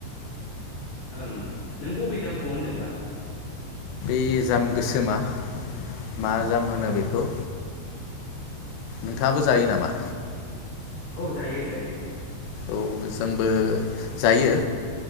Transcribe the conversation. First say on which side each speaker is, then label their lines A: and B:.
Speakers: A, on the left; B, on the left.
A: ओं ओं नों बबे जामखौ होनदोंबा?
B: इ जाम गोसोमा मा जाम
A: औ
B: होनो बेखौ नोंथाङाबो जायो नामा?
A: औ जायो जायो जायो।
B: औ जोंबो जायो